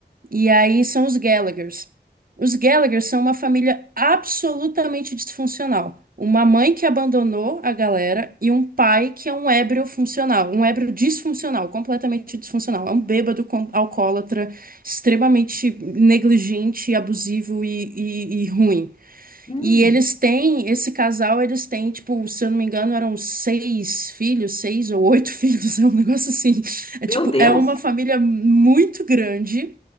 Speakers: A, on the right; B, on the left.
A: E aí são os Gallaghers. Os Gallaghers são uma família absolutamente disfuncional. Uma mãe que abandonou a galera e um pai que é um ébrio funcional, um ébrio disfuncional, completamente disfuncional. É um bêbado com, alcoólatra, extremamente negligente, abusivo e e- e ruim.
B: Hum,
A: E eles têm, esse casal, eles têm, tipo, se eu não me engano, eram seis filhos, seis ou oito <laughs> filhos, é um negócio assim. É
B: meu
A: tipo,
B: Deus!
A: é uma família muito grande